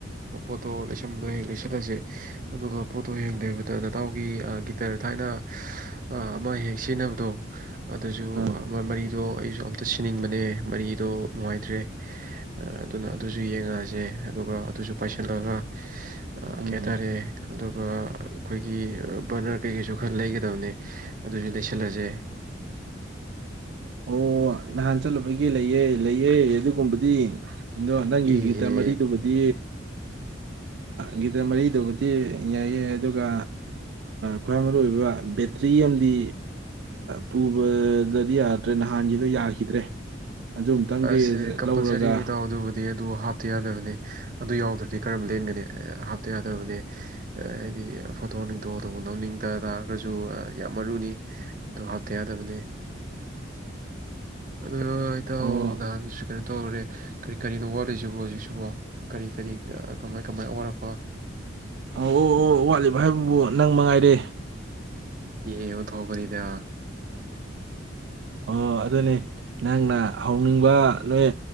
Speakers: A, on the right; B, on the right.
A: ꯣꯠꯇꯣ ꯁꯕꯗꯣ ꯍꯌꯦꯡ ꯂꯩꯁꯜꯂꯁꯦ ꯑꯗꯨꯒ ꯄꯣꯠꯇꯣ ꯍꯌꯦꯡ ꯂꯩꯕꯗ ꯅꯇꯎꯒꯤ ꯒꯤꯇꯔ ꯊꯥꯏꯅ ꯑꯃ ꯍꯦꯛ ꯁꯤꯖꯤꯟꯅꯕꯗꯣ ꯑꯗꯨꯁꯨ
B: ꯑꯪ
A: ꯃꯔꯤꯗꯣ ꯑꯩꯁꯨ ꯑꯝꯇ ꯁꯤꯅꯤꯡꯕꯅꯦ ꯃꯔꯤꯗꯣ ꯅꯨꯡꯉꯥꯏꯇ꯭ꯔꯦ ꯑꯗꯨꯅ ꯑꯗꯨꯁꯨ ꯌꯦꯡꯉꯛꯑꯁꯦ ꯑꯗꯨꯒ ꯑꯗꯨꯁꯨ ꯄꯥꯏꯁꯤꯜꯂꯒ ꯑ
B: ꯎꯝ
A: ꯀꯦꯇꯥꯔꯦ ꯑꯗꯨꯒ ꯑꯩꯈꯣꯏꯒꯤ ꯕꯔꯅꯔ ꯀꯩꯀꯩꯁꯨ ꯈꯔ ꯂꯩꯒꯗꯕꯅꯦ ꯑꯗꯨꯁꯨ ꯂꯩꯁꯜꯂꯁꯦ
B: ꯑꯣ ꯅꯍꯥꯟ ꯆꯠꯂꯨꯕꯒꯤ ꯂꯩꯑꯦ ꯂꯩꯌꯦꯦ ꯑꯗꯨꯒꯨꯝꯕꯗꯤ ꯑꯗꯣ ꯅꯪꯒꯤ
A: ꯏꯍꯦ
B: ꯒꯤꯇ ꯃꯔꯤꯗꯨꯕꯨꯗꯤ ꯒꯤꯇꯔ ꯃꯔꯤꯗꯨꯕꯨꯗꯤ ꯌꯥꯏꯑ ꯑꯗꯨꯒ ꯈ꯭ꯋꯥꯏ ꯃꯔꯨ ꯑꯣꯏꯕ ꯕꯦꯇ꯭ꯔꯤ ꯑꯃꯗꯤ ꯄꯨꯕꯗꯗꯤ ꯌꯥ ꯅꯠꯇ꯭ꯔꯦ ꯅꯍꯥꯟꯒꯤꯗꯣ ꯌꯥꯈꯤꯗ꯭ꯔꯦ ꯑꯗꯨ ꯑꯃꯨꯛꯇꯪꯗꯤ
A: ꯁ ꯀꯝꯄꯜꯁꯔꯤꯅꯤ
B: ꯂꯧꯔꯒ
A: ꯇꯧ ꯑꯗꯨꯕꯨꯗꯤ ꯑꯗꯨ ꯍꯥꯞꯇ ꯌꯥꯗꯕꯅꯦ ꯑꯗꯨ ꯌꯥꯎꯗ꯭ꯔꯗꯤ ꯀꯔꯝ ꯂꯦꯟꯒꯅꯤ ꯍꯥꯞꯇ ꯌꯥꯗꯕꯅꯦ ꯍꯥꯏꯗꯤ ꯐꯣꯇꯣ ꯅꯤꯡꯇꯣꯇꯧꯕ ꯅ ꯂꯧꯅꯤꯡꯗ ꯇꯥꯔꯒꯁꯨ ꯌꯥꯝ ꯃꯔꯨꯅꯤ ꯑꯗꯨ ꯍꯥꯞꯇ ꯌꯥꯗꯕꯅꯦ ꯑ ꯑꯧ
B: ꯑꯣ
A: ꯅꯍꯥꯟꯁꯨ ꯀꯩꯅꯣ ꯇꯧꯔꯨꯔꯦ ꯀꯔꯤ ꯀꯔꯤꯅꯣ ꯋꯥꯠꯂꯤꯁꯤꯕꯣ ꯍꯧꯖꯤꯛꯁꯤꯕꯣ ꯀꯔꯤ ꯀꯔꯤ ꯀꯃꯥꯏ ꯀꯃꯥꯏ ꯑꯋꯥꯠꯄ
B: ꯑꯣ ꯑꯣ ꯑꯣ ꯋꯥꯠꯂꯤꯕ ꯍꯥꯏꯕꯕꯨ ꯅꯪ ꯃꯉꯥꯏꯔꯦ
A: ꯌꯦꯍ ꯑꯣꯗꯧꯕꯔꯤꯗ
B: ꯑꯣ ꯑꯗꯨꯅꯦ ꯅꯪꯅ ꯍꯧꯅꯤꯡꯕ ꯅꯣꯏ